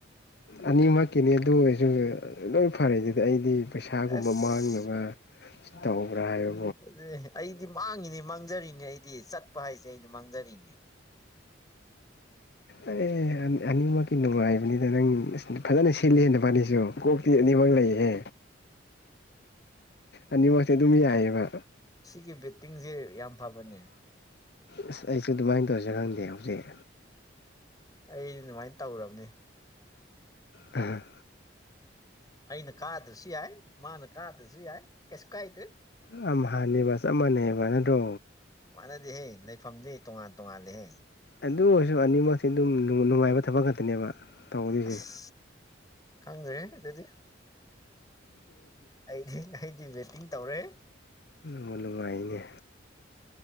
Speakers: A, on the left; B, on the left.
A: ꯑꯅꯤꯃꯛꯀꯤꯅꯤ ꯑꯗꯨ ꯑꯣꯏꯔꯁꯨ ꯂꯣꯏ ꯐꯔꯦ ꯑꯗꯨꯗꯤ ꯑꯩꯗꯤ ꯄꯩꯁꯥꯒꯨꯝꯕ
B: ꯑꯁ
A: ꯃꯥꯡꯅꯕ ꯇꯧꯕꯧꯕ꯭ꯔꯥ ꯍꯥꯏꯌ
B: ꯑꯗꯨ ꯑꯩꯗꯤ ꯃꯥꯡꯉꯤꯅꯦ ꯃꯥꯡꯖꯔꯤꯅꯦ ꯑꯩꯗꯤ ꯆꯠꯄ ꯍꯥꯏꯁꯦ ꯑꯩꯗꯤ ꯃꯥꯡꯖꯔꯤꯅꯦ
A: ꯑꯦ ꯑꯅꯤꯃꯛꯀꯤ ꯅꯨꯡꯉꯥꯏꯕꯅꯤꯅ ꯅꯪ ꯐꯖꯅ ꯁꯤꯂꯦꯅ ꯐꯅꯤꯁꯨ ꯀꯣꯛꯇꯤ ꯑꯅꯤꯃꯛ ꯂꯩꯌꯦ ꯑꯅꯤꯃꯛꯇꯤ ꯑꯗꯨꯝ ꯌꯥꯏꯑꯕ
B: ꯁꯤꯒꯤ ꯕꯦꯠꯇꯤꯡꯁꯦ ꯌꯥꯝ ꯐꯕꯅꯦ
A: ꯑꯁ ꯑꯩꯁꯨ ꯑꯗꯨꯃꯥꯏꯅ ꯇꯧꯔꯁꯦ ꯈꯪꯗꯦ ꯍꯧꯖꯤꯛ
B: ꯑꯩ ꯑꯗꯨꯃꯥꯏꯅ ꯇꯧꯔꯕꯅꯦ
A: ꯎꯝ
B: ꯑꯩꯅ ꯀꯥꯗ꯭ꯔꯁꯨ ꯌꯥꯏ ꯃꯥꯅ ꯀꯥꯗ꯭ꯔꯁꯨ ꯌꯥꯏ ꯀꯩꯁꯨ ꯀꯥꯏꯗ꯭ꯔꯦ
A: ꯌꯥꯝ ꯍꯅꯦꯕ ꯆꯞ ꯃꯥꯟꯅꯩꯕ ꯅꯗꯣ
B: ꯃꯥꯟꯅꯗꯦꯍꯦ ꯂꯩꯐꯝꯗꯤ ꯇꯣꯉꯥꯟ ꯇꯣꯉꯥꯜꯂꯦꯍꯦ
A: ꯑꯗꯨ ꯑꯣꯏꯔꯁꯨ ꯑꯅꯤꯃꯛꯛꯇꯤ ꯑꯗꯨꯝ ꯅꯨꯡꯉꯥꯏꯕ ꯊꯕꯛ ꯈꯛꯇꯅꯦꯕ ꯇꯧꯗꯣꯏꯁꯦ
B: ꯑꯁ ꯈꯪꯖꯦ ꯑꯗꯨꯗꯤ ꯑꯩꯗꯤ ꯑꯩꯗꯤ ꯕꯦꯠꯇꯤꯡ ꯇꯧꯔꯦ
A: ꯅ ꯅꯨꯡꯉꯥꯏꯅꯦ